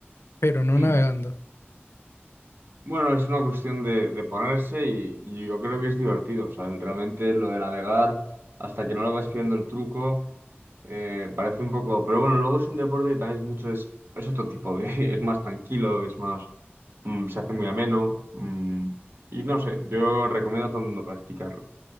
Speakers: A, on the left (about 80°); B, on the right (about 60°).
A: pero no
B: Mm.
A: navegando.
B: Bueno, es una cuestión de, de ponerse y, y yo creo que es divertido. O sea, realmente lo de navegar hasta que no le vas pillando el truco eh, parece un poco... Pero bueno, luego es un deporte que también es mucho... Es, es otro tipo de... <laughs> Es más tranquilo, es más... mm, se hace muy ameno. mm, y no sé, yo recomiendo a todo el mundo practicarlo.